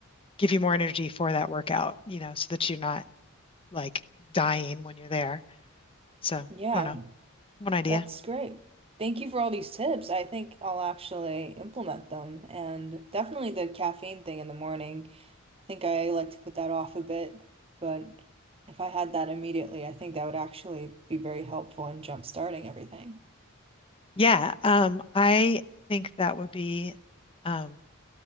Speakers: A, on the left; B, on the right.
A: give you more energy for that workout, you know, so that you're not like dying when you're there. So I
B: Yeah,
A: don't know, one idea.
B: that's great. Thank you for all these tips. I think I'll actually implement them and definitely the caffeine thing in the morning. I think I like to put that off a bit, but if I had that immediately, I think that would actually be very helpful in jump starting everything.
A: Yeah, um, I think that would be um,